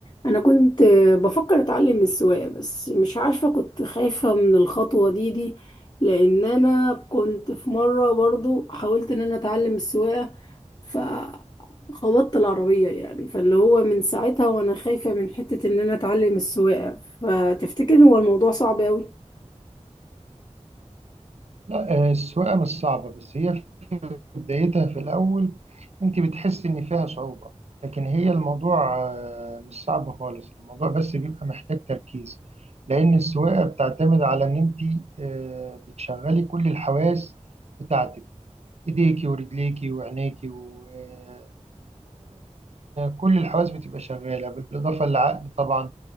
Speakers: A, on the left; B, on the right.
A: انا كنت بفكر اتعلم السواقه بس مش عارفه كنت خايفه من الخطوه دي دي لان انا كنت في مره برضو حاولت ان انا اتعلم السواقه فخبطت العربيه يعني فاللي هو من ساعتها وانا خايفه من حته ان انا اتعلم السواقه فتفتكر هو الموضوع صعب قوي
B: لا، آه، السواقة مش صعبة بس هي في بدايتها في الأول أنت بتحس إن فيها صعوبة لكن هي الموضوع آه، مش صعب خالص الموضوع بس بيبقى محتاج تركيز لأن السواقة بتعتمد على إن أنت آه، بتشغلي كل الحواس بتاعتك إيديكي ورجليكي وعينيكي وتقريبا كل الحواس بتبقى شغالة بالإضافة للعقل طبعا